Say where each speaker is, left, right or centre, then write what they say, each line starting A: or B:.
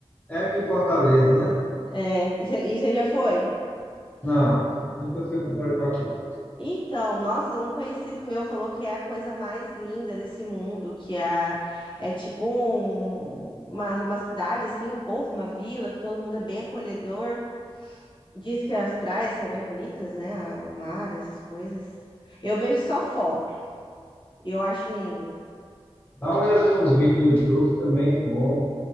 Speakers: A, on the left (about 15°); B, on the left (about 50°).
A: É aqui em Fortaleza, né?
B: É, e você e você já foi?
A: Não, nunca fui para fora com aquário.
B: Então, nossa, um conhecido meu falou que é a coisa mais linda desse mundo, que é, é tipo um- uma, uma cidade, assim, um povo, uma vila, que todo mundo é bem acolhedor. Diz que as praias são bem bonitas, né? Ah, O mar, essas coisas. Eu vejo só foto. e Eu acho lindo.
A: Dá uma olhada nos vídeos no YouTube também, é bom.